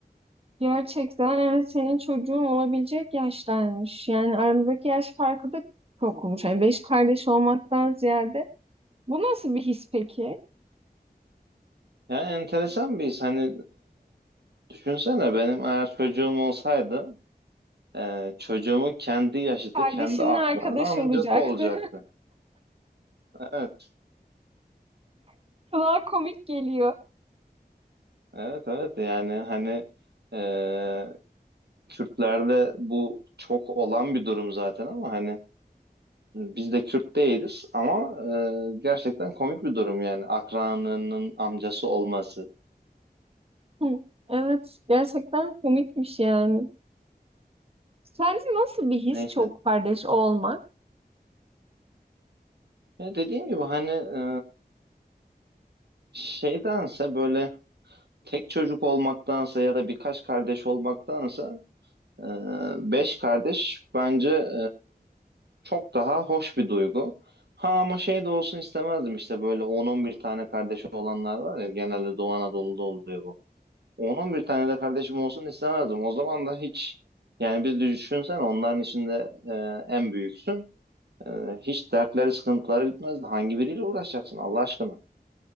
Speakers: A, on the right (about 35°); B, on the right (about 90°).
A: Gerçekten evet senin çocuğun olabilecek yaştaymış. Yani aramızdaki yaş farkı da çok olmuş. Yani beş kardeş olmaktan ziyade. Bu nasıl bir his peki?
B: yani enteresan bir his hani e, düşünsene benim eğer çocuğum olsaydı e, çocuğumun kendi yaşıtı
A: Kardeşinle
B: kendi akranı
A: arkadaş
B: amcası
A: olacaktı.
B: olacaktı. Evet.
A: <laughs> Kulağa komik geliyor.
B: Evet evet yani hani e, Kürtlerde bu çok olan bir durum zaten ama hani biz de Kürt değiliz ama e, gerçekten komik bir durum yani akranının amcası olması.
A: Hı, Evet, gerçekten komikmiş yani. Sence nasıl bir his
B: Neyse.
A: çok kardeş olmak?
B: Ya dediğim gibi hani e, şeydense böyle tek çocuk olmaktansa ya da birkaç kardeş olmaktansa e, beş kardeş bence Çok daha hoş bir duygu. Ha ama şey de olsun istemezdim işte böyle 10-11 tane kardeşi olanlar var ya genelde Doğu Anadolu'da oluyor bu. 10-11 tane de kardeşim olsun istemezdim. O zaman da hiç yani bir düşünsen onların içinde e, en büyüksün. E, hiç dertleri sıkıntıları bitmezdi. Hangi biriyle uğraşacaksın Allah aşkına?